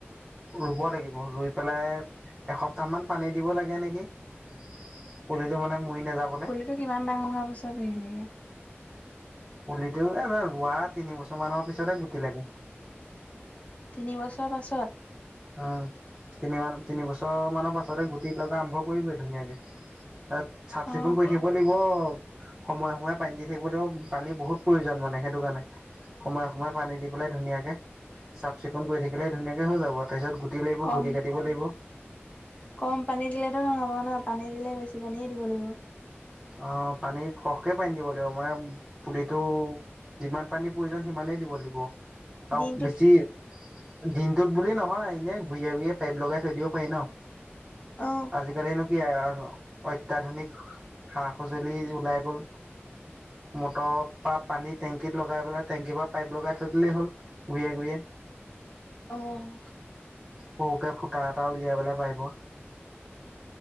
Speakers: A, on the right (about 20°); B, on the left (about 30°).
A: ৰুব লাগিব ৰুই পেলাই এসপ্তাহ মান পানী দিব লাগে নেকি। পুলিটো মানে মৰি নাযাব।
B: এইটো কিমান ডাঙৰ হোৱা পাছত আহিলেগে
A: পুলিটো এ ৰোৱা তিনি বছৰ মানৰ পিছতে গুটি লাগে।
B: তিনিবছৰ পাছত
A: উম তিনি মা তিনিবছৰ মানৰ পাছতে গুটি লগা আৰম্ভ কৰিবই ধুনীয়াকে। চাফ
B: অ',
A: চিকুণ কৰি থাকিব লাগিব। সময়ে সময়ে পানী দি থাকিব লাগিব পানীৰ বহুত প্ৰয়োজন মানে সেইটো কাৰণে। সময়ে সময়ে পানী দি পেলাই ধুনীয়াকে চাফ চিকুণ কৰি থাকিলে ধুনীয়াকে হৈ যাব। তাৰপিছত গুটি লাগিব
B: কম
A: গুটি কাটিব লাগিব।
B: কম পানী দিলেতো নহ'ব ন পানী দিলে বেছি পানীয়ে দিব লাগিব।
A: অ পানী সৰহকে পানী দিব লাগিব মানে পুলিটো যিমান পানী প্ৰয়োজন সিমানেই দিব লাগিব আও
B: দিনটোত
A: বেছি দিনটোত বুলি নহয় ইনে ঘূঞে ঘূঞয়ে পাইপ লগাই থৈ দিব পাৰি ন।
B: অ',
A: আজিকালিনো কি <unintelligible> অত্যাধুনিক সা সজুলি ওলাই গ'ল। মটৰ পা পানী টেংকিত লগাই পেলাই টেংকিৰ পৰা পাইপ লগাই থৈ দিলেই হ'ল। গোইয়ে গোইয়ে।
B: অ অঁ।
A: সওকে ফুটা এটা উলিয়াবলে পাৰিব।